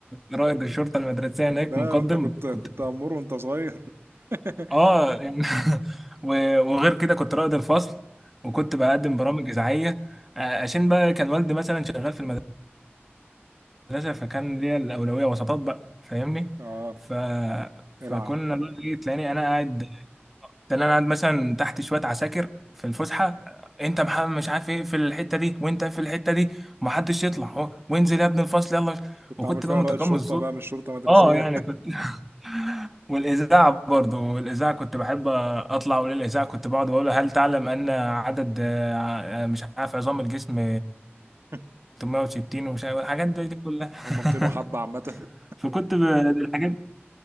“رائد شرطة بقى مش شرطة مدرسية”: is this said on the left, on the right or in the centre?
Right